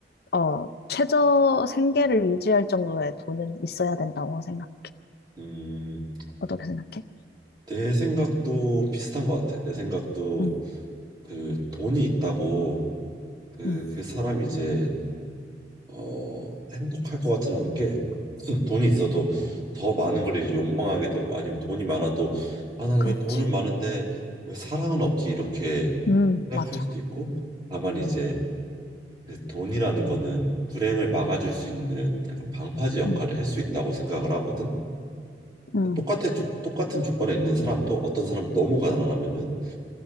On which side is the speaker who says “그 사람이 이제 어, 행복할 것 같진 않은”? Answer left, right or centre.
Right